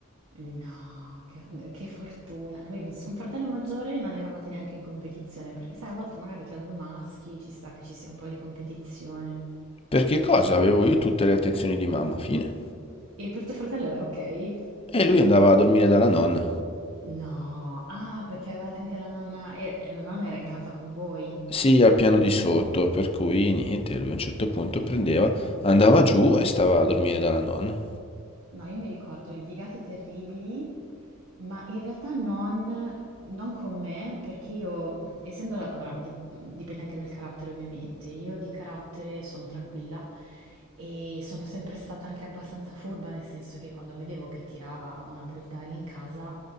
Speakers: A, on the right; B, on the left.
A: No, che, che fortuna. Avevi Un un fratello maggiore non eravate neanche in competizione, perché sai, a volte magari tra due maschi ci sta che ci sia un po' di competizione.
B: Perché cosa? Avevo io tutte le attenzioni di mamma, fine.
A: E per tuo fratello era ok?
B: E lui andava a dormire dalla nonna.
A: No, ah, perché avevate anche la nonna, e la nonna era in casa con voi.
B: Sì, al piano di sotto, per cui niente, lui a un certo punto prendeva, andava giù e stava a dormire dalla nonna.
A: No, io mi ricordo litigate terribili Ma in realtà non, non con me, perché io, essendo, allora, di- dipende anche dal carattere ovviamente, io di carattere sono tranquilla e sono sempre stata anche abbastanza furba, nel senso che quando vedevo che tirava una brutta aria in casa,